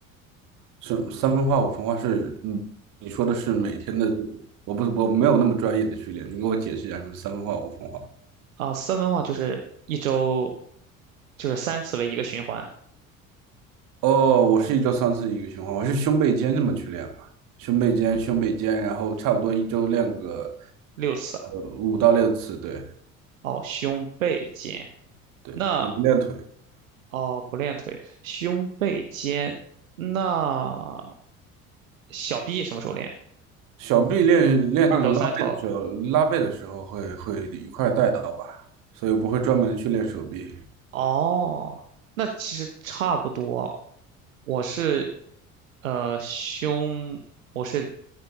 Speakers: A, on the right (about 50°); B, on the right (about 70°).
A: 是三分化五分化是，嗯，你说的是每天的这个我不我没有那么专业的训练，你给我解释一下什么三分化五分化？
B: 啊，三分化就是一周就是三次为一个循环，
A: 哦，我是一周三次一个循环，我是胸背肩这么去练嘛，胸背肩胸背肩，然后差不多一周练个
B: 六次啊。
A: 呃五到六次，对
B: 哦，胸背肩。
A: 对，
B: 那
A: 我不练腿，
B: 哦，不练腿，胸背肩。那小臂什么时候练？
A: 小臂练练那个拉背的时候，
B: 二头、三头。
A: 拉背的时候会会一块儿带到吧，所以我不会专门去练手臂。
B: 哦，那其实差不多。我是呃胸，我是